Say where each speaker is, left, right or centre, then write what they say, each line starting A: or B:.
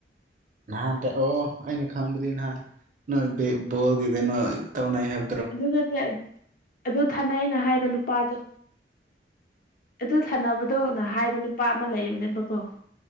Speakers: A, on the right (about 45°); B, on the left (about 50°).
A: ꯅꯍꯥꯟ ꯀ ꯑꯣ ꯑꯩꯅ ꯈꯥꯎꯕꯗꯤ ꯅꯍꯥꯟ ꯅꯣꯜꯒ ꯀ ꯇꯅ ꯍꯥꯏꯕ
B: ꯑꯗꯨ ꯅꯠꯇꯦ ꯑꯗꯨ ꯊꯥꯅꯩꯅ ꯍꯥꯏꯕ ꯅꯨꯄꯥꯗꯣ꯫ ꯑꯗꯨ ꯊꯥꯅꯕꯗꯣ ꯅ ꯍꯥꯏꯕ ꯅꯨꯄꯥ ꯑꯃ ꯂꯩꯕꯅꯦꯕꯀꯣ꯫